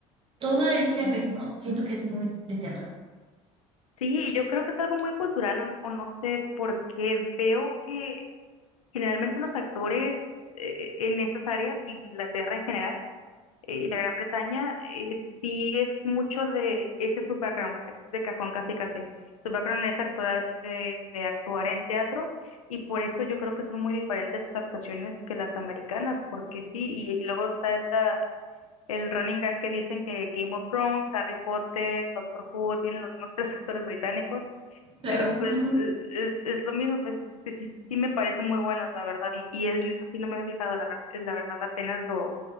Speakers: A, on the right; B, on the left.
A: Todo ese ritmo siento que es muy de teatro.
B: Sí, yo creo que es algo muy cultural o, o no sé por qué veo que generalmente los actores eh, en esas áreas, Inglaterra en general eh, y la Gran Bretaña, eh, sí es mucho de ese es su background, es de cajón casi casi. Su background es actuar, de, de actuar en teatro y por eso yo creo que son muy diferentes sus actuaciones que las americanas, porque sí, y, y luego está la, el running gag que dicen que Game of Thrones, Harry Potter, Doctor Who tienen los mismos <laughs> tres actores británicos,
A: Claro.
B: pero pues
A: ujú.
B: eh, es, es lo mismo, pues que sí, sí me parecen muy buenos, la verdad, y, y en eso sí no me he fijado, la, ver- la verdad apenas lo,